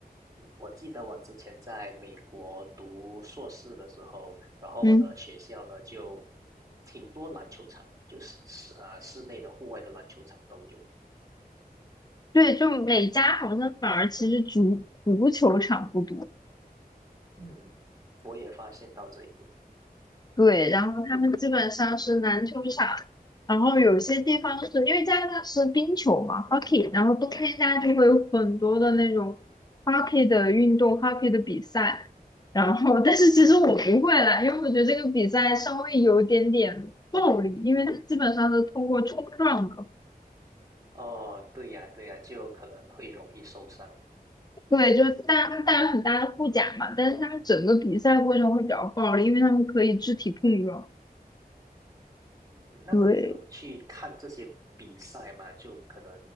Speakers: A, on the right (about 20°); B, on the left (about 25°).
A: 我记得我之前在美国读硕士的时候，然后我的学校呢就
B: 嗯。
A: 挺多篮球场，就是室啊室内的、户外的篮球场都有。
B: 对，就每家好像反而其实足足球场不多，
A: 嗯，我也发现到这一点。
B: 对，然后他们基本上是篮球场，然后有些地方是因为加拿大是冰球嘛，hockey，然后冬天家就会有很多的那种 hockey 的运动，hockey 的比赛，然后但是其实我不会啦，因为我觉得这个比赛稍微有点点暴力，因为它基本上是通过冲撞的。
A: 哦，对呀，对呀，就可能会容易受伤。
B: 对，就是大带有很大的护甲嘛，但是他们整个比赛过程会比较暴力，因为他们可以肢体碰撞。
A: 嗯，那么你有去看这些比赛吗？
B: 对，
A: 就可能